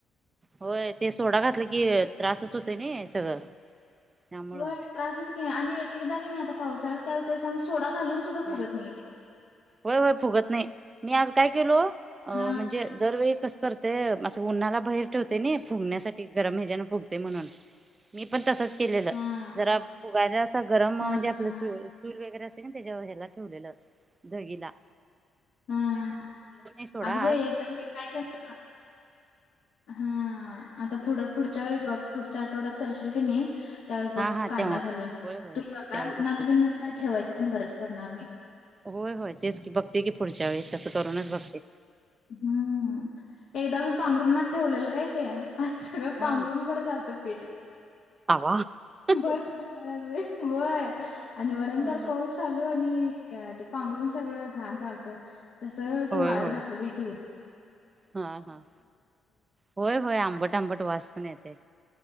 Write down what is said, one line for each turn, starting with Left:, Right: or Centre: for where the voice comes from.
Right: होय ते सोडा घातलं की त्रासच होतोय नाही सगळं त्यामुळं
Left: हो त्रासच क आणि एक एकदा क नाही आता पावसाळ्यात त्या सांग सोडा घालून सुद्धागत
Right: हा
Left: म तेे
Right: होय होय फुगत नाही मी आज काय केलो अ
Left: हां,
Right: म्हणजे दर वळी कसं करतेय असं उन्हाला बाहेर ठेवते नाही फुगण्यासाठी गरम हे्याजना फुगते म्हणून मी पण तसच केलेलं
Left: हां,
Right: जरा फुगायला गरम
Left: हां,
Right: म्हणजे आपलं
Left: हां,
Right: टूर वगैरे असते ना त्याच्या ह्याला ठेवलेलं दघला
Left: हा हा
Right: सोडा
Left: अगोबाई
Right: आज
Left: एकदम मी काय केलत हा आता पुढं पुढच्या वेळी बघ पुढच्या आठवड्यात करशील की नाही त्यावेळी बघ
Right: हा हा
Left: कांदा
Right: तेव्हा
Left: घालून
Right: होय होय
Left: तुलानात
Right: त्यावेळी बघते
Left: बिनात काय ठेवायची पण गरज पडणार नाही
Right: होय होय तेच की बघते की पुढच्या वेळेस तसं करूनच बघते
Left: हम्म एकदा मी पांघरूनाथ ठेवलेलं काय ते आ सगळं
Right: हा
Left: पांघरून बरं चालतं पीठ
Right: आवा ह
Left: बरफला वय आणि वरंदर
Right: हा
Left: पाऊस चालू आणि ते पांघरून सगळं घाण चालत तस
Right: होय
Left: वाळत
Right: होय
Left: घात दूर
Right: हा हा होय होय आंबट आंबट वास पण येते